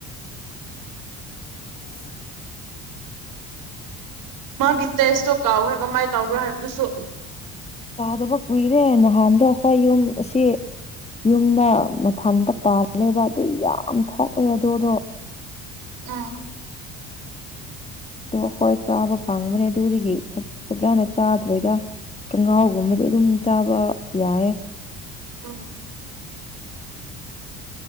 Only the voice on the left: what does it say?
ꯑꯣ <inaudible>
ꯆꯥꯗꯕ ꯀꯨꯏꯔꯦ ꯅꯍꯥꯟꯗꯣ ꯑꯩꯈꯣꯏ ꯌꯨꯝ ꯑꯁꯤ ꯌꯨꯝꯗ ꯃꯊꯥꯟꯗ ꯄꯥꯜꯂꯦꯕ ꯑꯗꯨ ꯌꯥꯝ ꯊꯣꯛꯑꯦ ꯑꯗꯨꯗꯣ
ꯑꯗꯣ ꯍꯣꯏ ꯆꯥꯕ ꯐꯪꯕꯅꯦ ꯑꯗꯨꯗꯒꯤ ꯐꯖꯅ ꯆꯥꯗ꯭ꯔꯦꯗ ꯊꯪꯍꯥꯎꯒꯨꯝꯕꯗꯤ ꯑꯗꯨꯝ ꯆꯥꯕ ꯌꯥꯏꯌꯦ